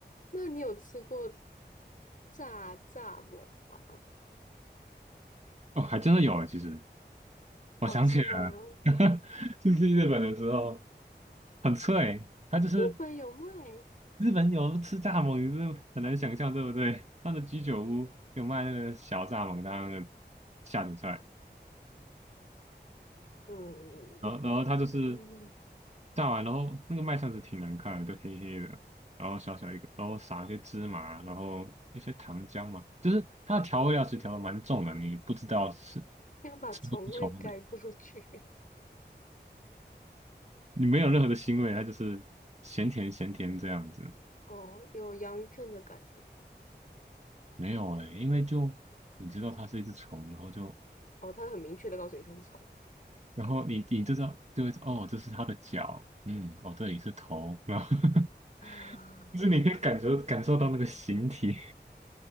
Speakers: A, on the left (about 50°); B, on the right (about 40°).
A: 那你有吃过炸炸馍吗？
B: 哦，还真的有哎。其实
A: 好吃吗？
B: 我想起来了，<laughs> 就是去日本的时候很脆。它就是
A: 日本有卖。
B: 日本有吃蚱蜢，你是很难想象，对不对？那个居酒屋有卖那个小蚱蜢当那个下酒菜。
A: 嗯，
B: 然后然后它就是
A: <laughs> 嗯
B: 炸完，然后那个麦算是挺难看的，就黑黑的，然后小小一个，然后撒一些芝麻，然后一些糖浆嘛，就是它的调味料其实调的蛮重的，你不知道是
A: 要把虫味盖过去。
B: 吃不出虫味，你没有任何的腥味，它就是咸甜咸甜这样子，
A: 哦，有洋芋片的感觉。
B: 没有哎、因为就你知道它是一只虫，然后就
A: 哦，它很明确的告诉你它是虫。
B: 然后你你就知道就会哦，这是它的脚，嗯，哦这里是头，然后 <laughs>
A: <laughs>
B: 就是你可以感觉感受到那个形体。